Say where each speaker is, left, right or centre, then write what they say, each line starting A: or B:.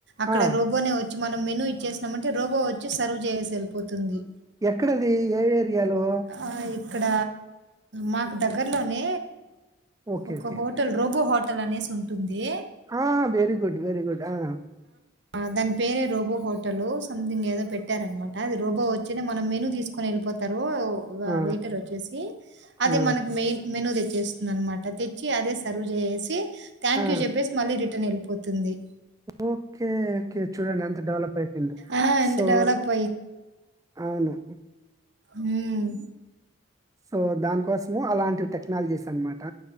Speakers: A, on the right; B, on the right.
A: అక్కడ
B: ఆ!
A: రోబోనే వ మనం మెను ఇచ్చేసినమంటే రోబో వచ్చి సర్వ్ చేససి ఎళ్పోతుంది
B: ఎక్కడది ఏ ఏరి యాలో
A: ఆ ఇక్కడ మాకు దగ్గరలోనే
B: ఓకే
A: ఒక
B: okay
A: hotel
B: okay
A: robo hotel అనేసి ఉంటుంది
B: ఆ వెరీ గుడ్ వెరీ గుడ్ ఆ
A: ఆ దాని పేరే రోబో హోటల్ సంథింగ్ ఏదో పెట్టారనమాట అది రోబో వచ్చే మనం మెను తీసుకొని వెళ్ళిపోతారు ఇప్పుడు
B: ఆ!
A: వెయిటర్ వచ్చేసి అది
B: ఆ!
A: మనకి మెయిన్ మెనూ తెచ్ చేస్తుంది అనమాట అది చి అదే సర్వ్ చేసేసి థ్యాంక్
B: ఆ!
A: యూ చెప్పేసి మళ్ళీ రిటర్న్ ఎల్ పోతుంది
B: ఓకే ఓకే చూడండి అంత డెవలప్ అయిపోయిందో
A: ఆ! ఎంత
B: సో
A: డెవలప్
B: అవును
A: మ్మ్
B: సో దాన్ కోసము అలాంటి టెక్నాలజీస్ అనమాట